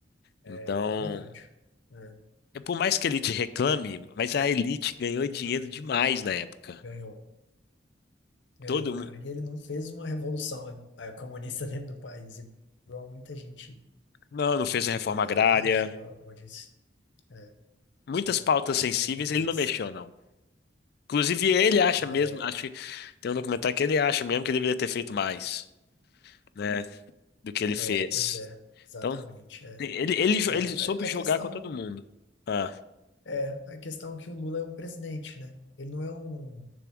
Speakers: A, on the left (about 60°); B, on the left (about 75°).
A: Então,
B: é, foi verdade. É,
A: é por mais que a elite reclame, mas a elite ganhou dinheiro demais na época.
B: ganhou. Ganhou,
A: Todo mundo.
B: cara. E ele não fez uma revolução eh, comunista <laughs> dentro do país, igual muita gente
A: Não, não fez a reforma
B: eh,
A: agrária.
B: acha ou diz. É,
A: Muitas
B: não,
A: pautas sensíveis
B: não fez.
A: ele não mexeu, não. Inclusive, ele acha
B: É,
A: mesmo, acho que tem um documentário que ele acha mesmo que ele deveria ter feito mais, né, do que ele fez.
B: é, pois é, exatamente.
A: Então,
B: É,
A: ele, ele,
B: é,
A: ele soube
B: a,
A: jogar
B: a questão
A: com todo mundo. Ah.
B: é a questão é que o Lula é um presidente, né? Ele não é um,